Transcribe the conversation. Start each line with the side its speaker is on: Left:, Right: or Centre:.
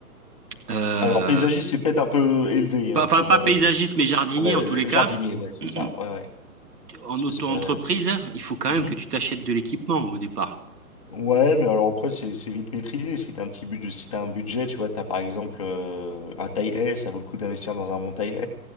Right: euh,
Left: alors paysagiste c'est peut-être un peu élevé
Right: Pas-
Left: hein,
Right: Enfin,
Left: comme
Right: pas
Left: euh,
Right: paysagiste, mais jardinier
Left: ouais
Right: en tous
Left: j-
Right: les
Left: jardinier
Right: cas.
Left: ouais c'est
Right: <clears throat>
Left: ça ouais ouais
Right: En
Left: parce
Right: auto-entreprise,
Left: que c'est pas
Right: il faut quand
Left: Mhm.
Right: même que tu t'achètes de l'équipement au départ.
Left: Ouais, mais alors après, c'est c'est vite maîtrisé. Si t'as un petit budget, si t'as un budget, tu vois, t'as par exemple euh, un taille S, ça vaut le coup d'investir dans un bon taille